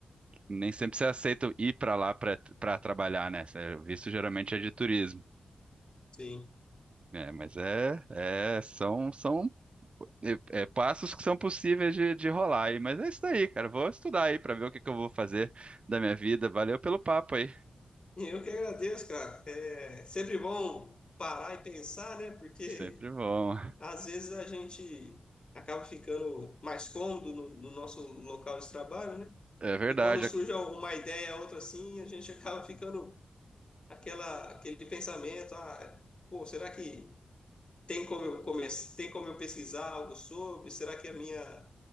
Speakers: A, on the right (about 45°); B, on the left (about 35°).
A: Nem sempre você aceita ir para lá para para trabalhar, né? Cê- O visto geralmente é de turismo.
B: sim.
A: É, mas é, é são são é, é, passos que são possíveis de, de rolar aí. Mas é isso daí, cara. Vou estudar aí para ver o que que eu vou fazer da minha vida. Valeu pelo papo aí.
B: Eu que agradeço, cara. É sempre bom parar e pensar, né? Porque
A: Sempre bom.
B: às vezes a gente acaba ficando mais cômodo no, no nosso local de trabalho, né?
A: É verdade.
B: E quando surge
A: ac-
B: uma ideia, outra assim, a gente acaba ficando aquela, aquele pensamento, ah, pô, será que tem como eu come- tem como eu pesquisar algo sobre? Será que a minha,